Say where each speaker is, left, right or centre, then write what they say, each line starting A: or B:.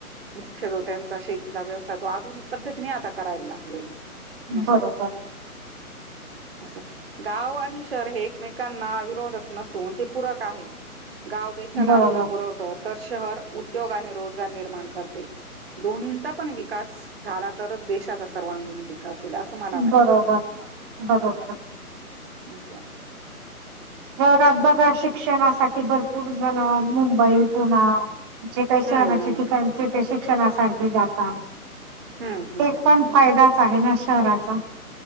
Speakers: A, on the right; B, on the right.
A: मुख्य जो त्यांचा शेतीचा व्यवसाय तो आधुनिक पद्धतीने आता करायला लागले असं
B: बरोबर
A: असं गाव आणि शहर हे एकमेकांना विरोधक नसून ते पूरक आहे गाव देशाला
B: बरोबर
A: अन्न पुरवतं तर शहर उद्योग आणि रोजगार निर्माण करते दोन्हींचा पण विकास झाला तरच देशाचा सर्वांगिण विक कसल असं मला वाटतं
B: बरोबर बरोबर.
A: असं
B: ात बघा शिक्षणासाठी भरपूर झालं मुंबई पुणा जे काही
A: हम्म
B: शहणाचे
A: हम्म
B: ठिकाणथ शिक्षणासाठी जाता
A: हम्म हम्म
B: एक
A: हम्म
B: पण
A: हम्म
B: फायदाच आहे ना शहराचा